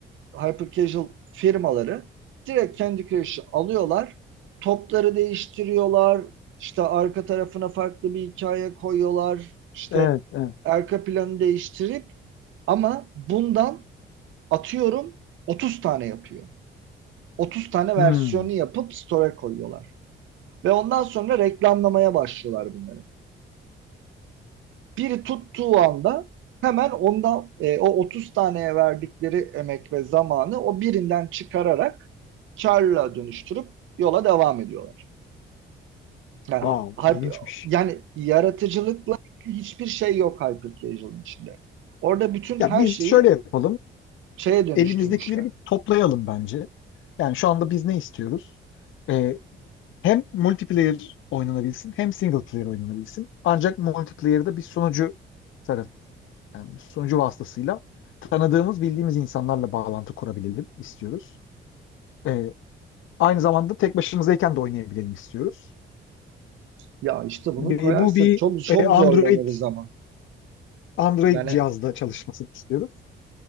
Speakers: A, on the right; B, on the left.
A: hyper casual firmaları direkt Candy Crush'ı alıyorlar. Topları değiştiriyorlar. İşte arka tarafına farklı bir hikaye koyuyorlar. İşte
B: Evet. Evet.
A: arka planı değiştirip ama bundan atıyorum 30 tane yapıyor. 30 tane versiyonu
B: Hmm.
A: yapıp store'a koyuyorlar. Ve ondan sonra reklamlamaya başlıyorlar bunları. Biri tuttuğu anda hemen ondan e, o 30 taneye verdikleri emek ve zamanı o birinden çıkararak karla dönüştürüp yola devam ediyorlar. Yani
B: Wow.
A: hype,
B: İlginçmiş.
A: yani yaratıcılıkla hiçbir şey yok Hypercasual'ın içinde. Orada bütün
B: Ya
A: her
B: biz
A: şeyi
B: şöyle yapalım.
A: şeye dönüştürmüşler.
B: Elimizdekileri bir toplayalım bence. Yani şu anda biz ne istiyoruz? E, hem multiplayer oynanabilsin hem single player oynanabilsin. Ancak multiplayer'da bir sunucu taraf, yani bir sunucu vasıtasıyla tanıdığımız, bildiğimiz insanlarla bağlantı kurabilelim istiyoruz. Ee, aynı zamanda tek başımızdayken de oynayabilelim istiyoruz.
A: Ya işte bunu
B: Ee,
A: koyarsak
B: bu bir
A: çok çok
B: e, Android
A: zorlanırız ama.
B: Android
A: Yani
B: cihazda çalışmasını istiyoruz.